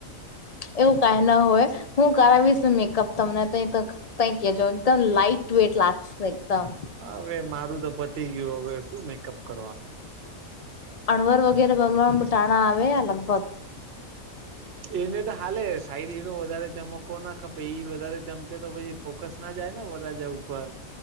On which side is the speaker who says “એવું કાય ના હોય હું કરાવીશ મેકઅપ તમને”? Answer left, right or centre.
Left